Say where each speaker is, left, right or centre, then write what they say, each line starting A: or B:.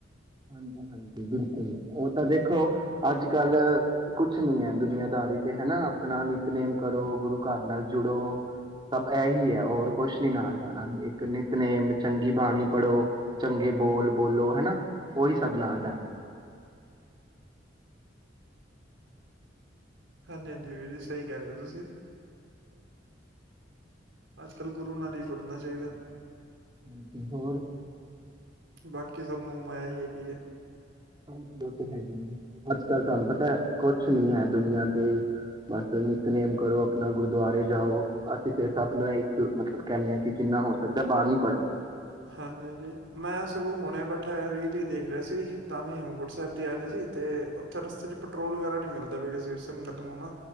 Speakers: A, on the right (about 25°); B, on the right (about 80°).
A: ਹਾਂਜੀ ਹਾਂਜੀ ਬਿਲਕੁਲ ਉਹ ਤਾਂ ਦੇਖ ਦੇਖੋ ਅੱਜ ਕੱਲ ਕੁਛ ਨੀ ਹੈ ਦੁਨੀਆਂਦਾਰੀ ਤੇ ਹੈ ਨਾ ਆਪਣਾ ਨਿਤਨੇਮ ਕਰੋ ਗੁਰੂ ਘਰ ਨਾਲ ਜੁੜੋ ਸਭ ਨੂੰ ਇਹੀ ਹੈ ਹੋਰ ਕੁਛ ਨੀ ਨਾਲ ਜਾਣਾ ਇੱਕ ਨਿਤਨੇਮ ਚੰਗੀ ਬਾਣੀ ਪੜੋ ਚੰਗੇ ਬੋਲ ਬੋਲੋ ਹਨਾ। ਉਹੀ ਸਭ ਨਾਲ ਜਾਣਾ ਐ।
B: ਹਾਂਜੀ ਹਾਂਜੀ, ਵੀਰ ਜੀ ਸਹੀ ਕਹਿ ਰਹੇ ਹੋ ਤੁਸੀਂ। ਅੱਜ ਕੱਲ੍ਹ ਗੁਰੂ ਨਾਲ ਹੀ ਜੁੜਨਾ ਚਾਹੀਦਾ।
A: ਹਾਂਜੀ ਹੋਰ,
B: ਬਾਕੀ ਸਭ ਮੋਹ ਮਾਇਆ ਹੀ ਹੈਗੀ ਐ।
A: ਹਾਂਜੀ ਉਹ ਤੇ ਹੈਗੀ ਹੈ ਅੱਜ ਕੱਲ ਤੁਹਾਨੂੰ ਪਤਾ ਕੁਛ ਨੀ ਹੈ ਦੁਨੀਆਂ ਤੇ ਬਸ ਨਿਤਨੇਮ ਕਰੋ ਆਪਣਾ ਗੁਰਦੁਆਰੇ ਜਾਓ ਅਸੀਂ ਫਿਰ ਸਭ ਨੂੰ ਇਹ ਮਤਲਬ ਕਹਿੰਦੇ ਆਾਂ ਕਿ ਜਿੰਨਾ ਹੋ ਸਕਦਾ ਬਾਣੀ ਪੜ੍ਹੋ।
B: ਹਾਂਜੀ ਹਾਂਜੀ ਮੈਂ ਸਗੋਂ ਹੁਣੇ ਬੈਠਿਆ ਇਹ ਵੀ ਦੇਖ ਰਿਹਾ ਸੀ ਤਾਂ ਵੀ ਹੇਮਕੋਟ ਸਾਹਿਬ ਦੀ ਆ ਰਹੀ ਸੀ ਤੇ ਉੱਥੇ ਰਸਤੇ ਚ ਪੈਟਰੋਲ ਵਗੈਰਾ ਨੀ ਮਿਲਦਾ ਪਿਆ ਸੀ ਕਿਸੇ ਸੰਗਤ ਨੂੰ ਨਾ।